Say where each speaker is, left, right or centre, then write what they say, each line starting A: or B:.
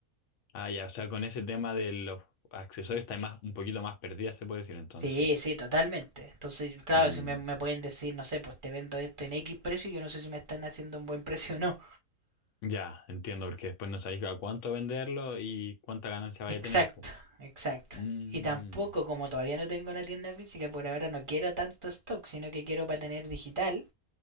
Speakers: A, on the left; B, on the right.
A: Ah, ya. O sea, con ese tema de los accesorios está más, un poquito más perdida, se puede decir entonces.
B: Sí, sí, totalmente. Entonces, claro,
A: Mm,
B: si me, me pueden decir, no sé, pues te vendo esto en X precio, yo no sé si me están haciendo un buen precio o no.
A: ya, entiendo, porque después no sabéis a cuánto venderlo y cuánta ganancia vaya
B: Exacto,
A: a tener, po.
B: exacto.
A: Mm.
B: Y tampoco, como todavía no tengo una tienda física, por ahora no quiero tanto stock, sino que quiero para tener digital.